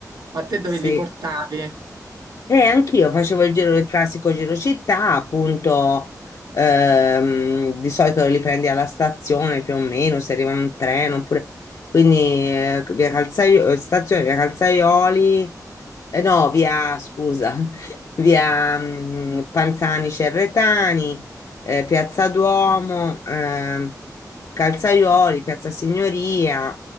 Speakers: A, on the right; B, on the left.
A: Ma te dove
B: sì.
A: li portavi? Eh,
B: E anch'io facevo il giro, il classico giro città, appunto, ehm, di solito li prendi alla stazione più o meno, se arriva un treno, oppure... Quindi eh, via Calzai- eh, stazione, via Calzaioli, eh, no, via, scusa, <laughs> via mm, Panzani Cerretani, eh, Piazza Duomo, ehm, Calzaioli, Piazza Signoria,